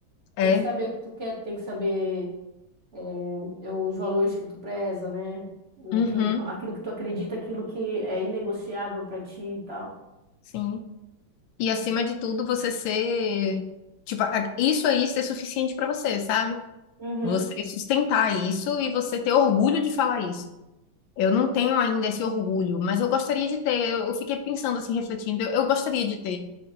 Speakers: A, on the left; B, on the right.
A: É.
B: tem que saber o que tu quer, tem que saber eh, é, os valores que tu preza, né?
A: Uhum.
B: Aquilo, aquilo que tu acredita, aquilo que é inegociável pra ti e tal.
A: Sim. E acima de tudo, você ser, tipo, a- isso aí ser suficiente pra você, sabe?
B: Uhum,
A: Você sustentar isso e você ter orgulho de falar isso. Eu não tenho ainda esse orgulho, mas eu gostaria de ter. Eu eu fiquei pensando assim, refletindo, eu, eu gostaria de ter